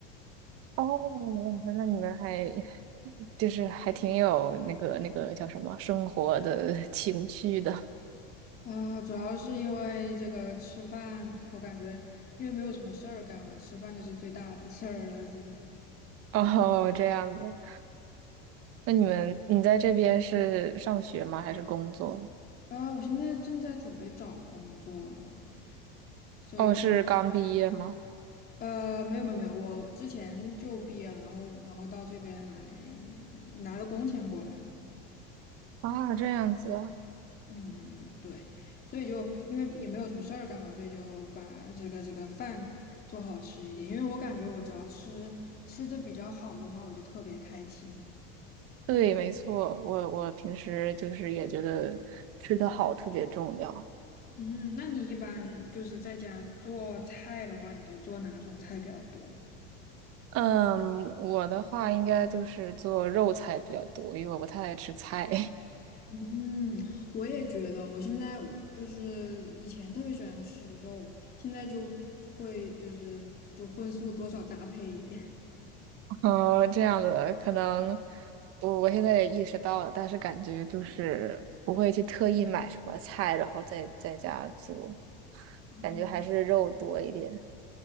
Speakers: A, on the right; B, on the left.
A: 哦，那你们还 <laughs> 就是还挺有那个那个叫什么生活的 <laughs> 情趣的。
B: 啊，主要是因为这个吃饭，我感觉因为没有什么事儿干嘛，吃饭就是最大的事儿了。这，
A: 哦，这样子。那你们你在这边是上学吗？还是工作？
B: 啊，我现在正在准备找工作了，所以就，
A: 哦，是刚毕业吗？
B: 呃，没有没有没有，我之前就毕业了，然后然后到这边来拿的工钱过来的。
A: 啊，这样子啊。
B: 嗯嗯嗯，对，所以就因为也没有什么事儿干嘛，所以就把这个这个饭做好吃一点，因为我感觉我只要吃吃的比较好的话，我就特别开心。
A: 对，没错，我我平时就是也觉得吃得好特别重要。
B: 嗯，那你一般就是在家做菜的话，你都做哪种菜比较多？
A: 嗯，我的话应该就是做肉菜比较多，因为我不太爱吃菜。
B: 嗯，我也觉得，我现在我就是以前特别喜欢吃肉，现在就会就是就荤素多少搭配一点。
A: <laughs> 嗯，这样子可能我我现在也意识到了，但是感觉就是不会去特意买什么菜，然后在在家做，
B: <laughs> 嗯，
A: 感觉还是肉多一点。